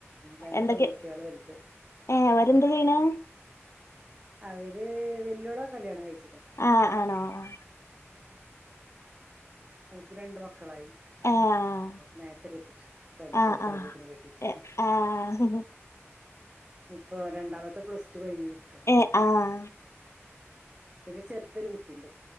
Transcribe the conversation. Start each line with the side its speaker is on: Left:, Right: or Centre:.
Right: രണ്ട്
Left: എന്തൊക്കെ
Right: പെൺകുട്ട്യാള് വലുത്
Left: ഏ അവരെന്താ ചെയ്യണെ?
Right: അവര് വെല്ലുവിള കല്യാണം കഴിച്ചു
Left: ആഹ ആണോ? ആ
Right: ഓക്ക് രണ്ട് മക്ക മക്കളായി
Left: ഏഹ്
Right: നേരത്തെ കെട്ടിച്ചു പതിനെട്ട്
Left: ആഹ്
Right: വയസ്സ
Left: ആഹ് ആഹ്
Right: ആകുമ്പോത്തിന് കെട്ടിച്ചു.
Left: ഏഹ് ആഹ്
Right: ഇപ്പൊ രണ്ടാമത്തെ പ്ലസ് റ്റു കഴിഞ് നിക്കാണ്
Left: ആഹ
Right: പിന്നെ ചെറുതൊരു കുട്ടിയണ്ട്